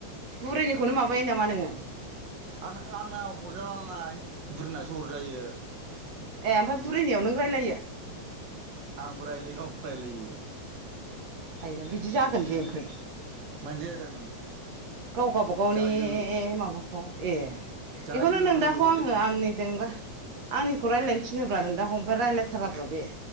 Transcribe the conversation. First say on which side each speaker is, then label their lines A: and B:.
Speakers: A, on the right (about 60°); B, on the right (about 40°).
A: बुरैनिखौनो माबायो नामा नोङो?
B: आं आंना हरजालाना बुरिनासो हरजायो।
A: ए ओमफाय बुरिनायाव नों रायलायो?
B: आंबो रायलायो गावबो रायलायो।
A: आइया बिदि जागोन बे ओमफाय?
B: मानो जाया जानांगौ
A: गाव गाबागावनि
B: जायो
A: माबाखौ ए।
B: जायो
A: एखौनो नोंदाखौ आङो
B: रेकर्ड
A: आंनिजोंबो आंनिखौ रायलायनो थिनोब्रा नोंदाखौ ओमफ्राय रायलायथारा ब्रा बे।